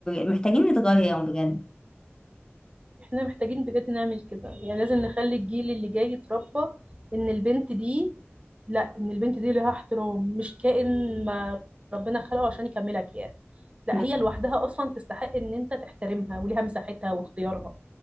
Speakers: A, on the left; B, on the right.
A: ومحتاجين نتغير بجد
B: احنا محتاجين بجد نعمل كده يعني لازم نخلي الجيل اللي جاي يتربى ان البنت دي لا ان البنت دي لها احترام مش كائن ما ربنا خلقه عشان يكملك يعني لا
A: ب-
B: هي لوحدها اصلا تستحق ان انت تحترمها وليها مساحتها واختيارها